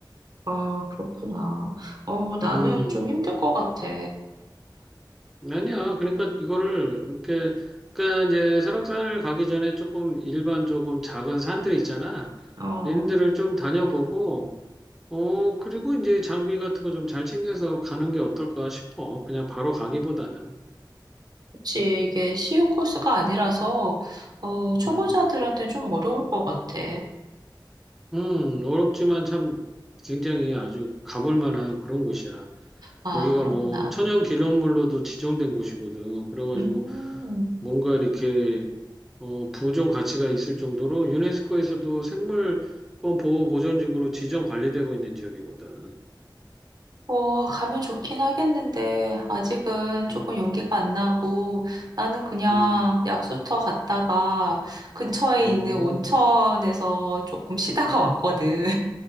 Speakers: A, on the right; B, in the centre.
A: 아, 그렇구나. 어, 나는
B: 음.
A: 좀 힘들 것 같아.
B: 아니야. 그러니까 이거를 이렇게 그러니까 이제 설악산을 가기 전에 조금 일반 조금 작은 산들 있잖아.
A: 어,
B: 이런 데를 좀 다녀보고 어 그리고 이제 장비 같은 거 좀 잘 챙겨서 가는 게 어떨까 싶어. 그냥 바로 가기보다는.
A: 혹시 이게 쉬운 코스가 아니라서, 어, 초보자들한테
B: 음.
A: 좀 어려울 것 같아.
B: 음, 어렵지만 참 굉장히 아주 가볼 만한 그런 곳이야.
A: 아,
B: 거기가
A: 그렇구나.
B: 뭐 천연 기념물로도 지정된 곳이거든. 그래가지고
A: 음,
B: 뭔가 이렇게 어, 보존 가치가 있을 정도로 유네스코에서도 생물권 보호 보전지구로 지정 관리되고 있는 지역이거든.
A: 뭐, 가면 좋긴 하겠는데, 아직은 조금
B: 음,
A: 용기가 안 나고, 나는 그냥
B: 음,
A: 약수터 갔다가 근처에
B: 음,
A: 있는 온천에서 조금 쉬다가 왔거든.